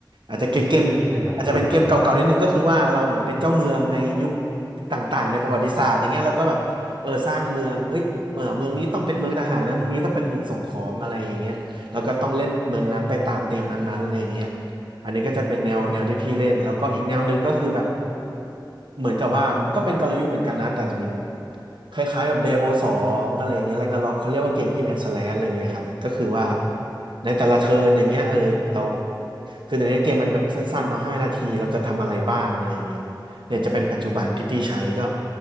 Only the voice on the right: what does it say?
อาจจะเกมเกม
อาจจะเป็นเกมเก่าๆนิดนึงก็คือว่าเราเหมือนเป็นเจ้าเมืองในยุคต่างๆในประวัติศาสตร์อย่างเงี้ยเราก็แบบ เออสร้างเมืองเอ้ยเออเมืองนี้ต้องเป็นเมืองทหารนะเมืองนี้ต้องเป็นเมืองส่งของอะไรอย่างเงี้ยแล้วก็ต้องเล่นเมืองนั้นไปตามธีมนั้นๆอะไรอย่างเงี้ยอันนี้ก็จะเป็นแนวแนวที่พี่เล่นแล้วก็อีกแนวหนึ่งก็คือแบบเหมือนกับว่าก็เป็นกลยุทธ์เหมือนกันนะแต่จะมันคล้ายๆแบบเดโบสองอะไรเงี้ยแรกนาร็อกเขาเรียกว่าเกมฮิตแอนด์สแลชอะไรเงี้ยครับก็คือว่าในแต่ละเทิร์นอย่างเงี้ยเออเราคือในนี้เกมมันแบบสั้นๆเนาะห้านาทีเราจะทำอะไรบ้างอะไรอย่างเงี้ยเนี่ยจะเป็นปัจจุบันที่พี่ใช้ก็